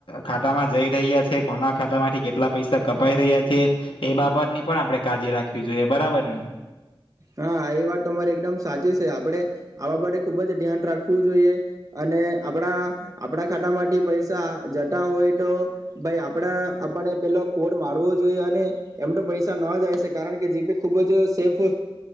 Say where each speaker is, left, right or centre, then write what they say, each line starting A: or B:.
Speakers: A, on the left; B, on the right.
A: ખાતા માં જઈ રહ્યા છે, કોના ખાતા માંથી કેટલા પૈસા કપાઈ રહ્યા છે, એ બાબત ની પણ આપડે કાળજી રાખવી જોઈએ. બરાબર ને?
B: હા, એ વાત તમારી એકદમ સાચી છે. આપણે આવા માટે ખુબ જ ધ્યાન રાખવું જોઈએ. અને આપણા આપણા ખાતામાંથી પૈસા જતા હોય, તો ભાઈ, આપણા આપને પેલો કોડ મારવો જોઈએ. અને એમ તો પૈસા ન જાયશે, કારણ કે જીપે ખૂબ જ સેફ.